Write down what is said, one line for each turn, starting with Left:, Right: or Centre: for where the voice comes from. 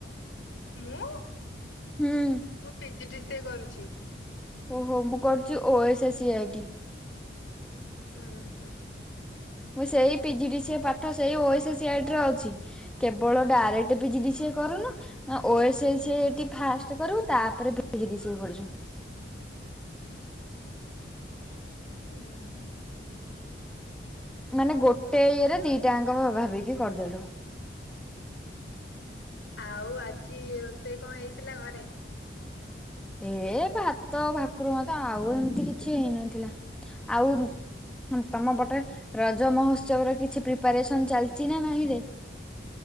Left: ମୁଁ
Centre: ହୁଁ
Left: ମୁଁ P G D C A କରୁଚି।
Centre: ଓହୋ ମୁଁ କରୁଚି ଓ ଏସେ ସି ଆଇ ଟି।
Left: ଉଁ ହୁଁ।
Centre: ମୁଁ ସେଇ P G D C A ପାଠ ଓ ଏସେ ସି ଆଇ ଟି ରେ ଅଛି। କେବଳ direct P G D C A କରୁନୁ ଓ ଏସେ ସି ଆଇ ଟି ଫାଷ୍ଟ କରିବୁ ତାପରେ P G D C A କରୁଚୁ।
Left: ଉଁ ହୁଁ।
Centre: ମାନେ ଗୋଟେ ଇଏରେ ଦିଟାଙ୍କ ଭାବିକି କରିଦେଲୁ।
Left: ଆଉ ଆଜି ରୋଷେଇ କଣ ହେଇଥିଲା ଘରେ?
Centre: ଏ ଭାତ ଭାକୁର ମାଛ ଆଉ ଏମିତି କିଛି ହେଇନଥିଲା। ଆଉ ହୁଁ ତମ ପଟରେ ରଜ ମହୋତ୍ସବ ର କିଛି ପ୍ରିପାରେସନ୍ ଚାଲିଚି ନା ନାହିଁରେ?